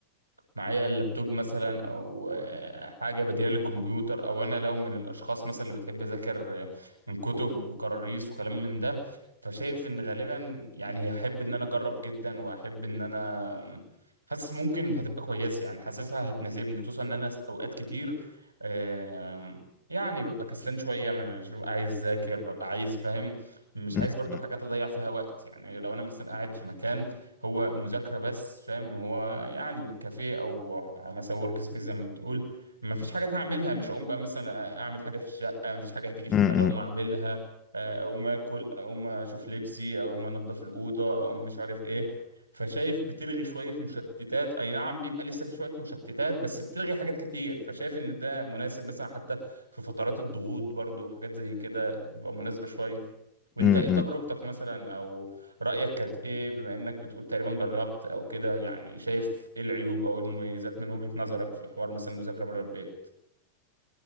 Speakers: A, on the right (about 85°); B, on the left (about 30°).
A: معايا اللابتوب مثلا او آه، حاجه بديله للكمبيوتر او انا لو من الاشخاص مثلا اللي بتحب اذاكر آه، من كتب وكراريس وكلام من ده فشايف ان غالبا يعني هحب ان انا اجرب جدا واحب ان انا حاسس ممكن هتبقى كويسه يعني حاسسها هتناسبني خصوصا ان انا اوقات كتير آم، يعني ببقى كسلان شويه مش ببقى عايز اذاكر ببقى عايز فاهم مش عايز
B: <laughs>
A: برضو حاجات اضيع فيها وقت يعني لو انا مثلا قاعد في مكان هو مذاكرة بس فاهم هو يعني كافيه او مثلا ورك سبيس زي ما بتقول ما فيش حاجات هعملها مش هقوم بقى مثلا اعمل حاجة في الشقة ما فيش حاجة هتيجي في
B: امم
A: دماغي اقوم اعملها آه، اقوم اكل اقوم اشوف لبسي اقوم انضف الأوضة اقوم مش عارف ايه فشايف بتلغي شوية مشتتات أي نعم بيبقى لسه في شوية مشتتات بس بتلغي حاجات كتير فشايف إن ده مناسب مثلا حتى في فترات الضغوط برضو حاجات زي كده بتبقى مناسبة شوية وأنت
B: امم
A: إيه تجربتك مثلا أو رأيك كانت ايه بما انك بتقول تقريبا جربت او كده يعني شايف ايه العيوب او إيه المميزات من وجهة نظرك في حوار مثلا المذاكرة بره البيت